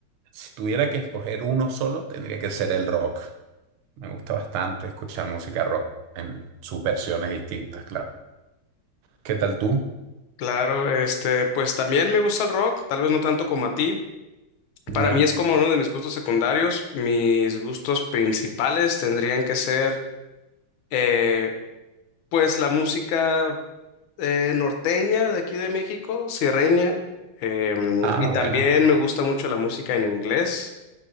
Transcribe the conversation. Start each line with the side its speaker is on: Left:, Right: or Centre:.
Right: si tuviera que escoger uno solo, tendría que ser el rock. Me gusta bastante escuchar música rock en sus versiones distintas, claro. ¿Qué tal tú?
Left: Claro, este, pues también me gusta el rock, tal vez no tanto como a ti.
Right: ¿Ya?
Left: Para mí es como uno de mis gustos secundarios. Mis gustos principales tendrían que ser, eh, pues, la música eh, norteña de aquí de México, sierreña. Em,
Right: Ah,
Left: y también
Right: buena.
Left: me gusta mucho la música en inglés.